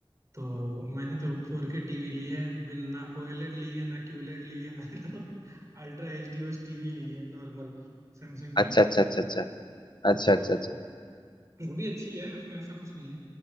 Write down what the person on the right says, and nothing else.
तो मैंने तो फोर के टीवी ली है बिन ना ओएलईडी ली है ना क्यूलेड ली है <laughs> मैंने तो अल्ट्रा एच डी बस टीवी ली है नॉर्मल सैमसंग की
तो
वो भी अच्छी है उसमें ऐसा कुछ नहीं है